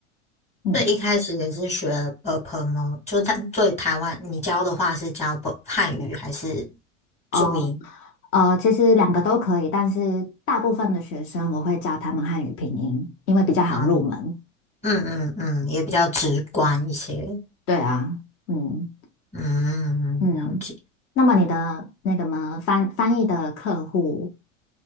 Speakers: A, on the left; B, on the left.
A: 嗯，
B: 所以一开始也是学 b u p e o 就台对台湾，你教的话是教 b 汉语还是
A: 呃
B: 注音？
A: 呃，其实两个都可以，但是大部分的学生我会教他们汉语拼音，因为比较好入门。
B: 啊、嗯嗯嗯，也比较直观一些。
A: 对啊，嗯
B: 嗯，
A: 嗯。
B: 了解。
A: 那么你的那个嘛，翻翻译的客户。